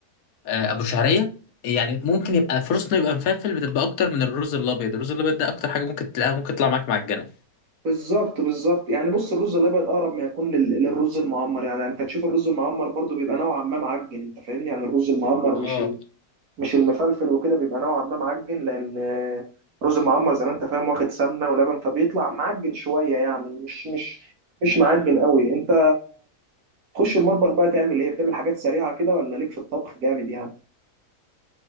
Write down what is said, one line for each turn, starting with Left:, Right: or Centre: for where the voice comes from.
Left: آه، ابو شعريه يعني ممكن يبقى فرصته يبقى مفلفل بتبقى اكتر من الرز الابيض الرز الابيض ده اكتر حاجه ممكن تلاقيها ممكن تطلع معاك معجنه
Right: بالظبط بالظبط يعني بص الرز الابيض اقرب ما يكون لل- للرز المعمر يعني انت تشوف الرز المعمر برضو بيبقى نوعا ما معجن انت فاهمني يعني الرز المعمر مش
Left: اه
Right: ال- مش المفلفل وكده بيبقى نوعا ما معجن لان آه، الرز المعمر زي ما انت فاهم واخد سمنه ولبن فبيطلع معجن شويه يعني مش مش مش معجن قوي انت تخش المطبخ بقى تعمل ايه بتعمل حاجات سريعه كده ولا ليك في الطبخ جامد يعني